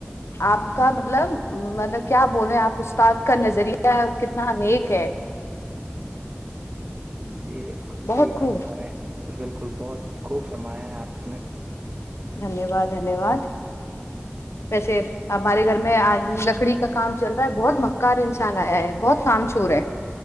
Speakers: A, on the left (about 85°); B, on the right (about 25°).
A: آپ کا مطلب مطلب کیا بولے آپ استاد کا نظریہ کتنا انیک ہے
B: جی بالکل
A: بہت
B: صحیح فرما
A: خوب
B: رہے ہیں بالکل بہت خوب فرمایا ہے آپ نے
A: دھنیہ واد دھنیہ واد ویسے
B: جی
A: ہمارے گھر میں آج لکڑی کا کام چل رہا ہے بہت مکار انسان آیا ہے بہت کام چور ہے